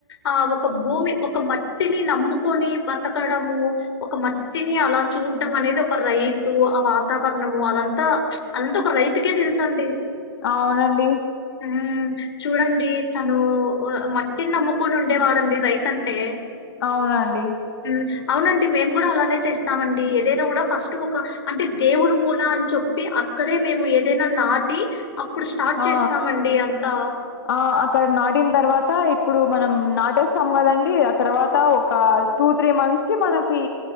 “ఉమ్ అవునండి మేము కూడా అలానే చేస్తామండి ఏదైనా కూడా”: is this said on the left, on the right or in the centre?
Left